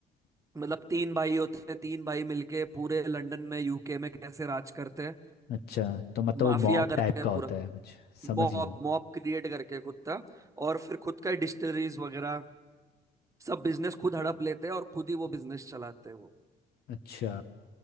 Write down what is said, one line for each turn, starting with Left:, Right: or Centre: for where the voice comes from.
Right: मतलब तीन भाई होते हैं तीन भाई मिलके पूरे लंदन में यूके में कैसे राज करते हैं
Left: अच्छा तो मतलब
Right: माफिया
Left: वो मॉब
Right: करते
Left: टाइप
Right: हैं
Left: का होता
Right: पूरा
Left: है कुछ समझ
Right: मॉब
Left: गया
Right: मॉब क्रिएट करके खुद का और फिर खुद का डिस्टलरीज वगैरह सब बिजनेस खुद हड़प लेते हैं और खुद ही वो बिजनेस चलाते हैं वो
Left: अच्छा